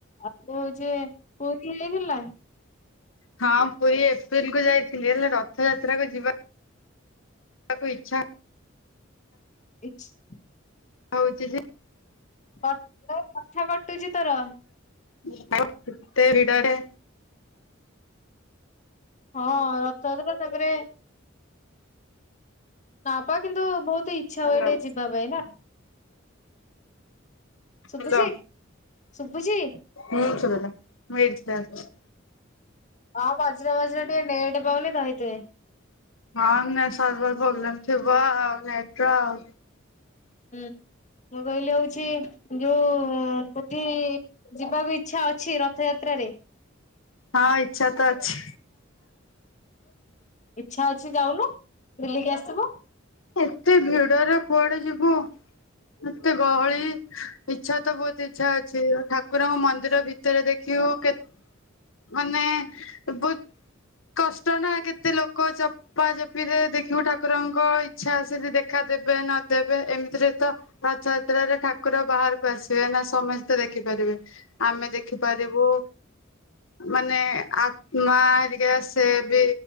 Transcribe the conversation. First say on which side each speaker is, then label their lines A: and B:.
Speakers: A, on the left; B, on the left.
A: ଆପୁ ହଉଛି ପୁରୀ ଯାଇଥିଲା।
B: ହଁ ପୁରୀ ଏପ୍ରିଲ କୁ ଯାଇଥିଲି ହେଲେ ରଥଯାତ୍ରା କୁ ଯିବା କୁ ଇଛା।
A: ଏଇଛି।
B: ହଉଚି ଯେ
A: କ <unintelligible> କଥା କାଟୁଚି ତୋର।
B: <unintelligible> କେତେ ଭିଡରେ।
A: ହଁ ରଥଯାତ୍ରା ତାପରେ ନାପା କିନ୍ତୁ ବହୁତ ଇ ଇଛା
B: ହାଲୋ
A: ହୁଏ ଟିକେ ଯିବା ପାଇଁ ନା। ଶୁବୁଚି
B: ହାଲୋ
A: ଶୁବୁଚି।
B: ହୁଁ ସୁବିଲା ମୁଁ ଏଇଟି ଛିଡାହଉଚି।
A: ହଁ ମଝିରେ ମଝିରେ ଟିକେ ନେଟ ପାଉନି ତ ହେଇଥିପାଇଁ।
B: ହଁ ସର୍ଭର ପ୍ରୋବ୍ଲେମ ଥିବ ନେଟ୍ ର ଆଉ।
A: ହୁଁ ମୁଁ କହିଲି ହଉଛି ଯୋଉ କୋବି ଯିବାକୁ ଇଛା ଅଛି ରଥଯାତ୍ରା ରେ।
B: ହଁ ଇଚ୍ଛା ତ ଅଛି।
A: ଇଛା ଅଛି ଯାଉନୁ ବୁଲିକି ଆସିବୁ।
B: ଏତେ ଭିଡରେ କୁଆଡେ ଯିବୁ। ଏତେ ଗହଳି ଇଚ୍ଛା ତ ବହୁତ ଇଚ୍ଛା ଅଛି ଠାକୁରଙ୍କ ମନ୍ଦିର ବି ଭିତରେ ଦେଖିବୁ କେ ମାନେ ବୋ କଷ୍ଟ ନା କେତେ ଲୋକ ଚପା ଚପି ରେ ଦେଖିବ ଠାକୁରଙ୍କ ଇ ଛା ସେ ଯଦି ଦେଖାଦେବେ ନଦେବେ ଏମିତିରେ ତ ରଥଯାତ୍ରାରେ ଠାକୁର ବାହାରକୁ ଆସିବେ ନା ସମସ୍ତେ ଦେଖିପାରିବେ ଆମେ ଦେଖ ଦେଖିପାରିବୁ। ମାନେ ଆତ୍ମା ହରୀକା ସେ ବି